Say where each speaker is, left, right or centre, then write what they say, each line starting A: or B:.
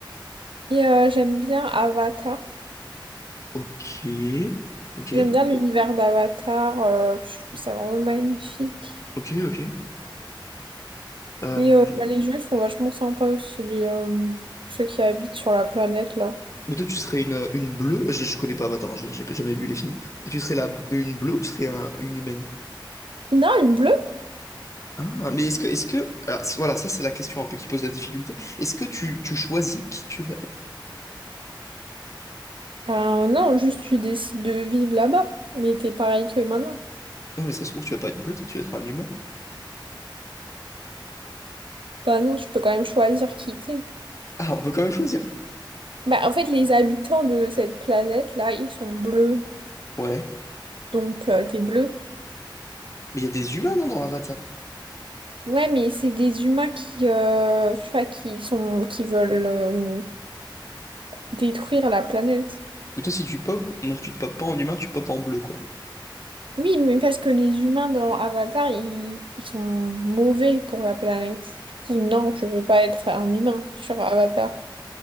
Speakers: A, on the right (about 85°); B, on the left (about 35°).
A: Et euh, j'aime bien Avatar.
B: Ok, ok,
A: J'aime bien l'univers d'Avatar. euh, je trouve ça vraiment magnifique.
B: ok, ok. Euh,
A: Et euh, bah, les gens ils sont vachement sympas aussi, les, euh, ceux qui habitent sur la planète là.
B: mais toi, tu serais une, une bleue? Je, je connais pas Avatar, hein, j'ai j'ai jamais vu les films. Tu serais la, une bleue ou tu serais un- une humaine?
A: Non, une bleue?
B: Ah, mais est-ce que, est-ce que, alors, c- voilà, ça c'est la question un peu qui pose la difficulté. Est-ce que tu, tu choisis qui tu vas être?
A: Ah, non, juste tu décides de vivre là-bas. Mais t'es pareil que maintenant.
B: Non, mais ça se trouve, tu vas pas être bleu, toi, tu vas être un humain.
A: Bah non, tu peux quand même choisir qui t'es.
B: Ah, on peut quand même choisir.
A: Bah, en fait, les habitants de cette planète-là, ils sont bleus.
B: Ouais.
A: donc euh, des bleus.
B: Mais il y a des humains, non, dans Avatar?
A: Ouais, mais c'est des humains qui, euh, tu vois, qui sont, qui veulent euh, détruire la planète.
B: Mais toi, si tu pop, donc tu te popes pas en humain, tu popes en bleu, quoi.
A: Oui, mais parce que les humains dans Avatar, ils, ils sont mauvais pour la planète. Du coup, non, je veux pas être un humain sur Avatar.